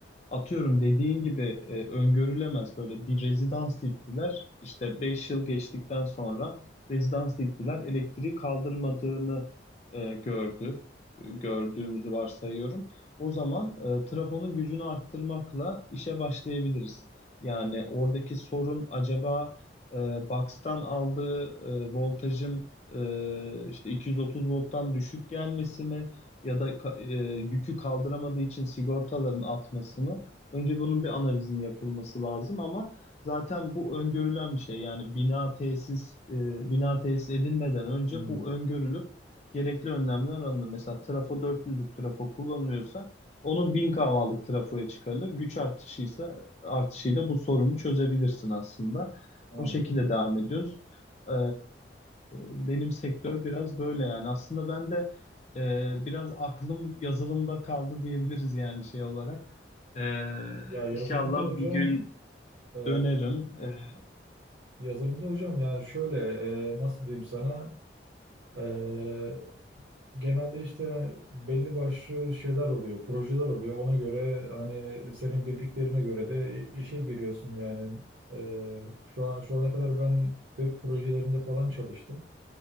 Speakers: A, on the left; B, on the right.
A: Atıyorum dediğin gibi e, öngörülemez böyle bir rezidans diktiler. İşte 5 yıl geçtikten sonra rezidans diktiler. Elektriği kaldırmadığını e, gördü. E, Gördüğümüzü varsayıyorum. O zaman e, trafonun gücünü arttırmakla işe başlayabiliriz. Yani oradaki sorun acaba e, box'tan aldığı e, voltajın e, işte 230 volttan düşük gelmesi mi? ya da ka- e, yükü kaldıramadığı için sigortaların atmasını Önce bunun bir analizin yapılması lazım ama zaten bu öngörülen bir şey. Yani bina tesis e, bina tesis edilmeden önce
B: Hmm,
A: bu öngörülüp gerekli önlemler alınır. Mesela trafo 400'lük trafo kullanılıyorsa onun 1000 kavalık trafoya çıkarılır. Güç artışıysa artışıyla bu sorunu çözebilirsin aslında.
B: anladım.
A: O şekilde devam ediyoruz. Ee, benim sektör biraz böyle yani. Aslında ben de e, biraz aklım yazılımda kaldı diyebiliriz yani şey olarak. Ee,
B: Ya yazılımda
A: inşallah
B: hocam
A: bir gün
B: e,
A: dönerim. Ee,
B: yazılımda hocam yani şöyle e, nasıl diyeyim sana E, Genelde işte belli başlı şeyler oluyor, projeler oluyor. Ona göre hani senin bildiklerine göre de işe giriyorsun yani. Ee, şu an şu ana kadar ben web projelerinde falan çalıştım.